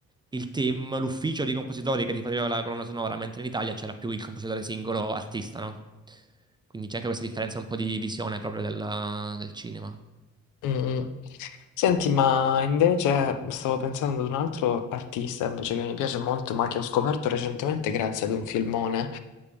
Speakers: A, on the right; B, on the left.
A: il team, l'ufficio di compositori che ti faceva la colonna sonora, mentre in Italia c'era più il compositore singolo artista, no? Quindi c'è anche questa differenza un po' di visione proprio del del cinema.
B: Mm, mm. Senti, ma invece stavo pensando ad un altro artista invece che mi piace molto, ma che ho scoperto recentemente grazie ad un filmone.